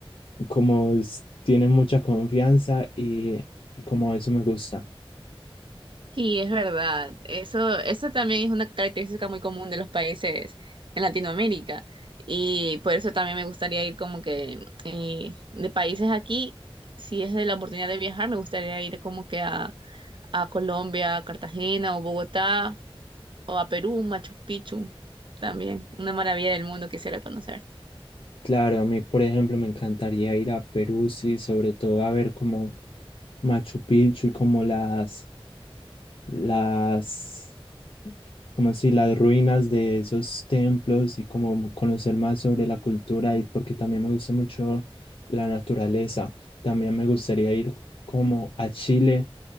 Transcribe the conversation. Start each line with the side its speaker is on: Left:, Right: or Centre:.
Left: como es- tiene mucha confianza y como eso me gusta.
Right: Sí, es verdad. Eso, eso también es una característica muy común de los países en Latinoamérica. Y por eso también me gustaría ir como que eh, de países aquí, si es de la oportunidad de viajar, me gustaría ir como que a, a Colombia, a Cartagena o Bogotá o a Perú, Machu Picchu también. Una maravilla del mundo quisiera conocer.
Left: Claro, a mí, por ejemplo, me encantaría ir a Perú, sí, sobre todo a ver como Machu Picchu y como las, las como si las ruinas de esos templos y como conocer más sobre la cultura y porque también me gusta mucho la naturaleza. También me gustaría ir como a Chile,